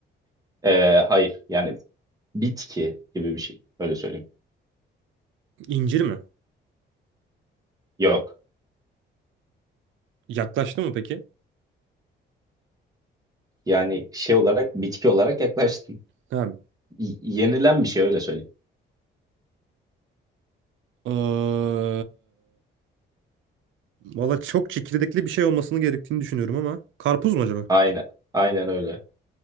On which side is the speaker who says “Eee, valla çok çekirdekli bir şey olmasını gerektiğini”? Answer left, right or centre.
Right